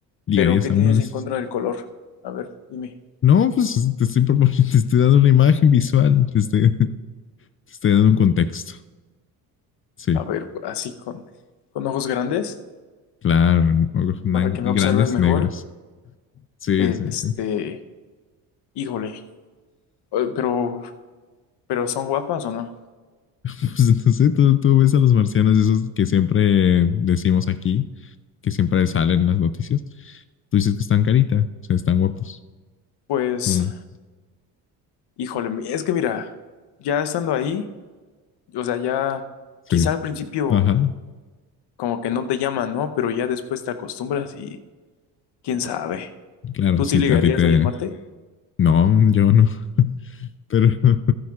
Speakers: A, on the left; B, on the left.
A: ¿Ligarías
B: pero ¿qué
A: a
B: tienes
A: uno de esos?
B: en contra del color? A ver, dime.
A: No, pues te estoy proponiendo, <laughs> te estoy dando una imagen visual, te estoy, <laughs> te estoy dando un contexto. Sí,
B: A ver, así con, con ojos grandes,
A: claro, ojos nan-
B: para que me observen
A: grandes
B: mejor.
A: negros. Sí,
B: Este,
A: sí, sí. <laughs>
B: híjole, eh, pero, pero ¿son guapas o no?
A: Pues no sé, tú, tú ves a los marcianos, esos que siempre decimos aquí, que siempre salen en las noticias, tú dices que están carita, o sea, están guapos,
B: Pues,
A: ¿o no?
B: híjole, es que mira, ya estando ahí. o sea, ya
A: Sí,
B: quizá al principio
A: ajá,
B: como que no te llaman, ¿no? Pero ya después te acostumbras y quién sabe.
A: claro,
B: ¿Tú
A: sí,
B: sí ligarías
A: a ti te...
B: ahí en Marte?
A: No, yo no, pero <laughs>